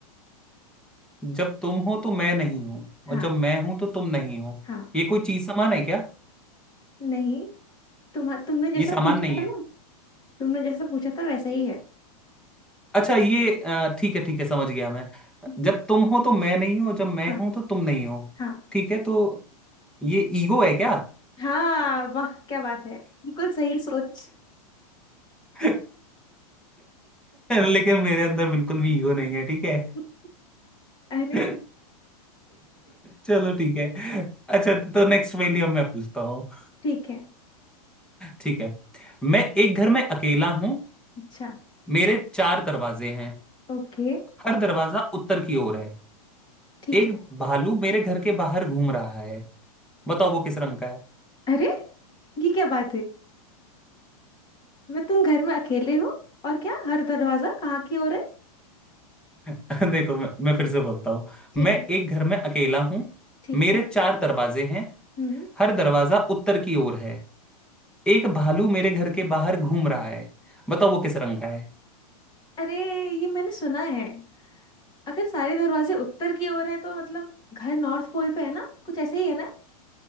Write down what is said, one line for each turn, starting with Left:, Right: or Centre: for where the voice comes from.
Centre: जब तुम हो तो मैं नहीं हूं
Left: हाँ
Centre: और जब मैं हूं तो तुम नहीं हो
Left: हाँ
Centre: ये कोई चीज समान है क्या
Left: नहीं तुम तुमने जैसा
Centre: ये सामान
Left: पूछा
Centre: नहीं
Left: था
Centre: है
Left: ना तुमने जैसा पूछा था वैसा ही है
Centre: अच्छा ये अ, ठीक है ठीक है समझ गया मैं
Left: <laughs>
Centre: जब तुम हो तो मैं नहीं हूं और जब मैं
Left: हाँ
Centre: हूं तो तुम नहीं हो
Left: हाँ
Centre: ठीक है तो ये ईगो है क्या
Left: हाँ वाह क्या बात है बिल्कुल सही सोच
Centre: <laughs> लेकिन मेरे अंदर बिल्कुल भी ईगो नहीं है ठीक है
Left: <laughs> अरे
Centre: <laughs> चलो ठीक है अच्छा तो नेक्स्ट पहेली अब मैं पूछता हूँ
Left: ठीक है
Centre: ठीक है मैं एक घर में अकेला हूं
Left: अच्छा
Centre: मेरे चार दरवाजे हैं
Left: ओके
Centre: हर दरवाजा उत्तर की ओर है
Left: ठीक
Centre: एक
Left: है
Centre: भालू मेरे घर के बाहर घूम रहा है बताओ वो किस रंग का
Left: अरे ये क्या बात है मैं तुम घर में अकेले हो और क्या हर दरवाजा कहाँ की ओर है
Centre: है <laughs> देखो मैं, मैं फिर से बोलता हूँ
Left: ठीक
Centre: मैं
Left: है
Centre: एक घर में अकेला हूँ
Left: ठीक
Centre: मेरे
Left: है
Centre: चार दरवाजे हैं
Left: हम्म
Centre: हर दरवाजा उत्तर की ओर है एक भालू मेरे घर के बाहर घूम रहा है बताओ वो किस रंग का है
Left: अरे ये मैंने सुना है अगर सारे दरवाजे उत्तर की ओर है तो मतलब घर नॉर्थ पोल पे है ना कुछ ऐसा ही है ना